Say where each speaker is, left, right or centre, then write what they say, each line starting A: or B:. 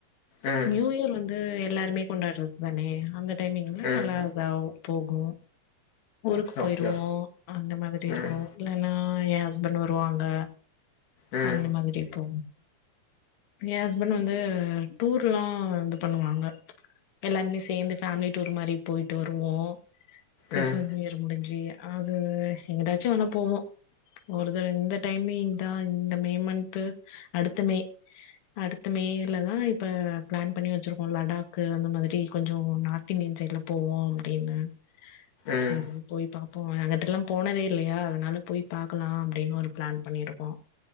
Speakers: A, on the left; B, on the left.
A: ம்
B: நியூயர் வந்து எல்லாருமே கொண்டாறத் தானே அந்த டைமிங்ல
A: ம்
B: நல்ல இதாவு போகு ஊருக்கு போய்ருவோ
A: ஓகே
B: அந்த மாதிரி
A: ம்
B: இருக்கு இல்லன்னா அ எ ஹஸ்பண்ட் வருவாங்க
A: ம்
B: அந்த மாதிரிப்போ எ ஹஸ்பண்ட் வந்து டூர்லா இது பண்ணுவாங்க எல்லாருமே சேந்து ஃபேமிலி டூர் மாரி போய்ட்டு வருவோ கிறிஸ்மஸ்
A: ம்
B: நியூஇயர் முடிஞ்சி அது எங்கிட்டாச்சு வேனா போவோ ஒரு தா இந்த டைமிங் தா இந்த மேமன்து அடுத்த மே அடுத்த மேல தா இப்ப பிளான் பண்ணி வச்சிருக்கோ லடாக்கு அந்த மாதிரி கொஞ்சோ நார்த் இந்தி யன் சைட்ல போவோ அப்டினு
A: ம்
B: செரி போய் பாப்போ அங்கட்டுல்லா போனதே இல்லையா அதனால போய் பாக்கலா ஆப்டினு ஒரு ப்ளான் பண்ணிருக்கோ